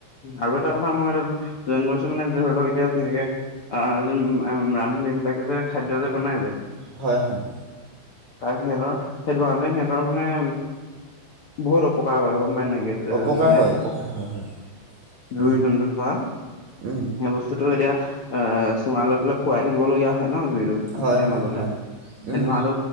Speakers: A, on the left (about 80°); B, on the right (about 55°).
A: আৰু এ এটা কথা মই জইন কৰিছোঁ মানে ধৰি লওক এতিয়া যেনেকে অ যোন ৰান্ধনী বিলাকে যে খাদ্য যে বনাই যে
B: হয় হয়
A: তাৰ সিহঁতৰ সেইটো কাৰণতে সিহঁতৰ মানে বহুত অপকাৰ কৰে গম পাই নাপায় এ
B: অপকাৰ
A: মানে
B: হয়, অপকাৰ হয়, হয়,
A: জুই
B: উম,
A: যোনটো ধোঁৱা
B: উম,
A: সেই বস্তু বটো এতিয়া অ চুঙা লৈ পেলাই ফুৱাই থাকিবলগীয়া হয় ন জুইট
B: হয়,
A: যেতিয়া
B: হয়,
A: নজ্বলে
B: হয়,
A: সেই
B: উম,
A: ধোঁৱাটো